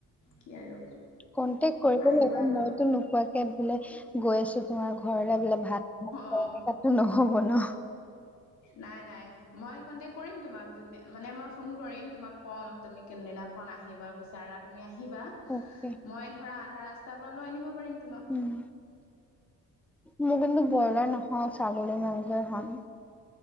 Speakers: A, on the left; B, in the centre.
A: কি আৰু
B: কনটেক্ট কৰিবলৈ
A: আহিবা
B: মইতো
A: লগ
B: নোকোৱাকে বোলে গৈ আছো তোমাৰ ঘৰলে বোলে ভাত
A: অ',
B: নহ'ব ন
A: নাই, নাই, মই কণ্টেক ম তোমাক য মানে মই ফোন কৰিম তোমাক ক'ম তুমি কোনদিনাখন আহিবা বিচাৰা তুমি আহিবা
B: অকে
A: মই ধৰা আধা ৰাস্তাৰ পৰা লৈ আনিব পাৰিম তোমাক
B: উম। মোৰ কিন্তু ব্ৰইলাৰ নাখাও ছাগলী মাংসই খাম